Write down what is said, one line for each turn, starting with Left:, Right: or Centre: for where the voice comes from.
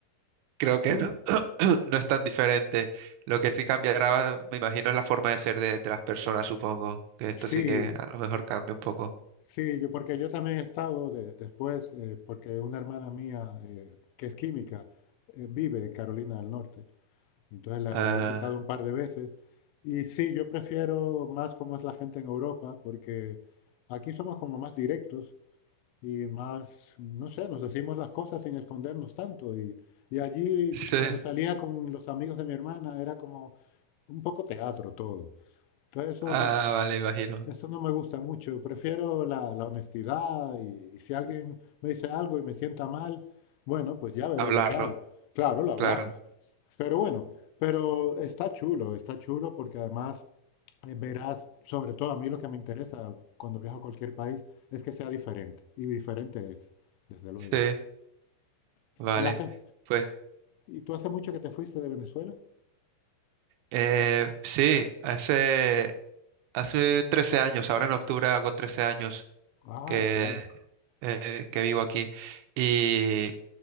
Right: creo que
Left: Sí,
Right: no, <clears throat> no es tan diferente. Lo que sí cambiará, me imagino, es la forma de ser de, de las personas, supongo. Que esto
Left: sí,
Right: sí que a lo mejor cambia un poco.
Left: sí, yo, porque yo también he estado de- después, eh, porque una hermana mía eh, que es química eh, vive en Carolina del Norte, y entonces la,
Right: Ah,
Left: la he visitado un par de veces. Y sí, yo prefiero más cómo es la gente en Europa, porque aquí somos como más directos. y más, no sé, nos decimos las cosas sin escondernos tanto. Y, y allí,
Right: <laughs> sí.
Left: cuando salía con los amigos de mi hermana, era como un poco teatro todo. Entonces eso
Right: Ah, vale, imagino.
Left: eso no me gusta mucho. Prefiero la, la honestidad y, y si alguien me dice algo y me sienta mal, bueno, pues ya veré
Right: Hablarlo,
Left: lo que hago. Claro, lo hablamos.
Right: claro.
Left: Pero bueno, pero está chulo, está chulo porque además eh, verás, sobre todo a mí lo que me interesa cuando viajo a cualquier país es que sea diferente. Y diferente es, desde luego.
Right: Sí, vale.
Left: ¿Y hace,
Right: Pues...
Left: y tú hace mucho que te fuiste de Venezuela?
Right: Eh, sí, hace, hace 13 años, ahora en octubre hago 13 años
Left: Ah,
Right: que,
Left: claro.
Right: eh, que vivo aquí y